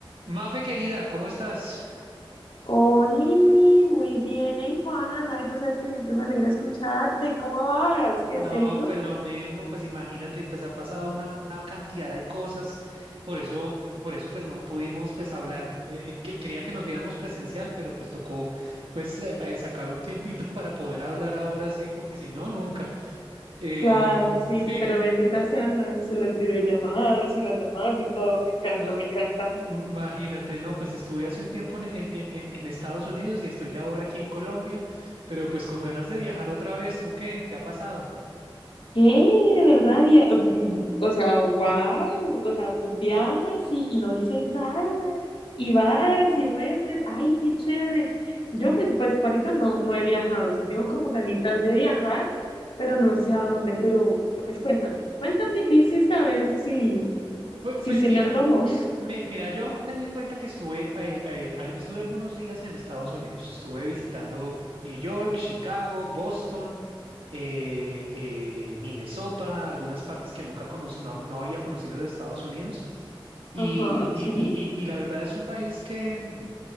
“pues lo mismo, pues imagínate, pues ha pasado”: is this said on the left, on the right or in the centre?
Right